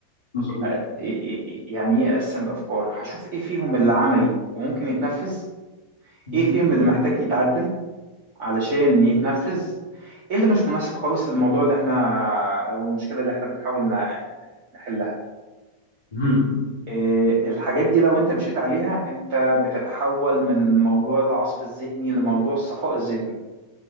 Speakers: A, on the left (about 70°); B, on the right (about 45°).
A: مظبوط
B: آه، إيه- إيه- إيه- يعني إيه أقسم الأفكار؟ هشوف إيه فيهم اللي عملي وممكن يتنفذ
A: مهم.
B: إيه فيهم اللي محتاج يتعدل علشان يتنفذ إيه اللي مش مناسب خالص للموضوع اللي إحنا أو المشكلة اللي إحنا بنحاول نع- نحلها
A: مهم.
B: إيه، الحاجات دي لو أنت مشيت عليها أنت بتتحول من موضوع العصف الذهني لموضوع الصفاء الذهني